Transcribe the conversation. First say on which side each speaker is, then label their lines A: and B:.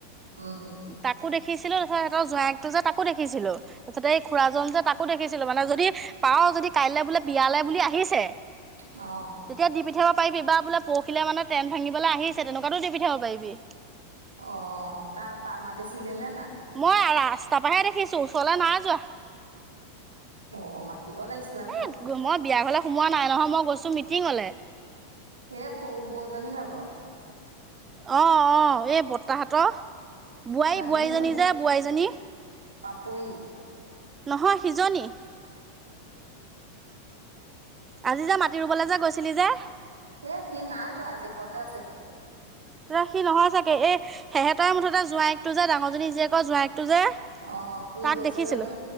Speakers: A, on the right; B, on the right.
A: উম।
B: তাকো দেখিছিলো তাৰপিছত যে সিহঁতৰ জোৱাইক এক টোযে তাকো দেখিছিলো। তাৰপিছতে এই খুৰাজন যে তাকো দেখিছিলো মানে যদি পাওঁ যদি কাইলৈ বোলে বিয়ালে বুলি আহিছে।
A: অ'।
B: তেতিয়া দি পঠিয়াব পাৰিবি বা বোলে পৰসিলে মানে টেন্ত ভাঙিবলৈ আহিছে তেনেকুৱাতো দি পঠিয়াব পাৰিবি।
A: অ' তাৰপা মাতিছিলি নে নাই?
B: মই ৰা ৰাস্তাৰ পৰাহে দেখিছো, ওচৰলৈ নাই যোৱা।
A: অ' মাতিব লাগিছিল আকৌ।
B: এ মই বিয়া ঘৰলে সোমোৱা নাই নহয়, মই গৈছো মিটিঙলে।
A: এ সৰু বৌজনী ভাগৰ।
B: অ' অ' এই বৰ্তাহতৰ বোৱাৰী
A: জানিছো
B: বোৱাৰীজনী যে বোৱাৰীজনী।
A: পাপৰি।
B: নহয় সিজনি। আজি যে মাটি ৰুবলে যে গৈছিলি যে।
A: এ সি নাই যোৱা আজি ঘৰতে আছে সি।
B: তেতিয়া সি নহয় চাগে এ সিহঁতৰ মুঠতে ডাঙৰজনী জীয়েকৰ জোৱাইকটো যে।
A: অ সি
B: তাক
A: গৈছে
B: দেখিছিলো
A: যদি